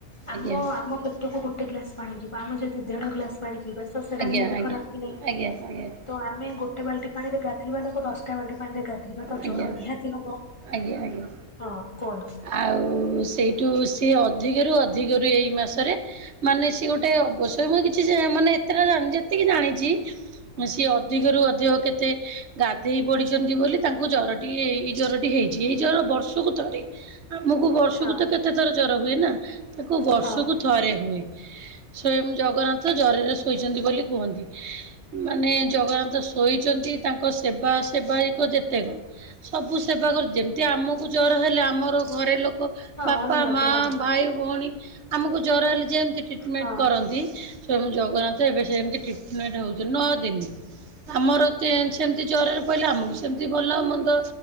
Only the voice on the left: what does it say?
ଆମ
ଆମ ପେଟକୁ ଗୋଟେ ଗ୍ଲାସ ପାଣି ଯିବ ଆମେ ଯଦି ଦେଢ଼ ଗ୍ଲାସ ପାଣି ପିଇବା ତ ସେଟା
ନିହାତି
ଖରାପ କି ନାଇଁ?
ତ ଆମେ ଗୋଟେ ବାଲ୍ଟି ପାଣିରେ ଗାଧୋଇବା ଲୋକ ଦଶଟା ବାଲ୍ଟି ପାଣି ରେ ଗାଧୋଇବା ତ
ଜ୍ୱର ନିହାତି ହବ।
ହଁ କୁହନ୍ତୁ।
ହଁ
ହଁ
ହଁ
ନିହାତି
ହଁ
ହଁ